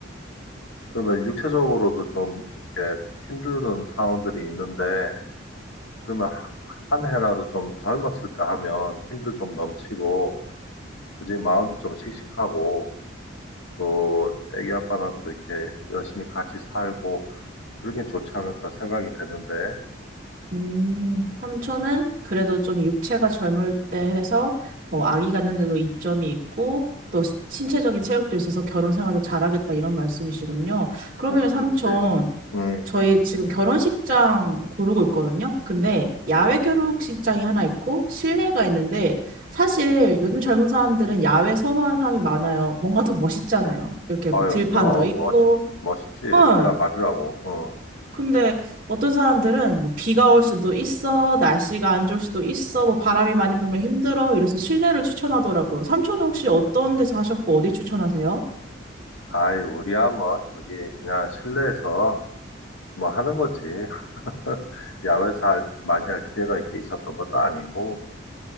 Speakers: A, on the left; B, on the right.
A: 그러면 육체적으로도 좀 이렇게 힘드는 상황들이 있는데, 그러면 하- 한 해라도 좀 젊었을 때 하면 힘도 좀 넘치고, 굳이 마음도 좀 씩씩하고, 또 애기 아빠랑 또 이렇게 열심히 같이 살고, 그런 게 좋지 않을까 생각이 되는데,
B: 음, 삼촌은 그래도 좀 육체가 젊을 때 해서 뭐 아기 갖는데도 이점이 있고 또 시- 신체적인 체력도 있어서 결혼 생활도 잘하겠다 이런 말씀이시군요. 그러면
A: 응. 그렇지.
B: 삼촌
A: 응.
B: 저희 지금 결혼식장 고르고 있거든요. 근데 야외 결혼식장이 하나 있고 실내가 있는데 사실 요즘 젊은 사람들은 야외 선호하는 사람이 많아요. 뭔가 더 멋있잖아요. 이렇게
A: 아유,
B: 뭐 들판도
A: 그럼,
B: 있고.
A: 멋, 멋있지.
B: 어,
A: 그야 말이라고. 응.
B: 근데 어떤 사람들은 뭐 비가 올 수도 있어, 날씨가 안 좋을 수도 있어, 뭐 바람이 많이 불면 힘들어, 이래서 실내를 추천하더라고요. 삼촌은 혹시 어떤 데서 하셨고 어디 추천하세요?
A: 아이, 우리야 뭐, 저기, 그냥 실내에서 뭐 하는 거지. <laughs> 야외에서 할- 많이 할 기회가 이렇게 있었던 것도 아니고,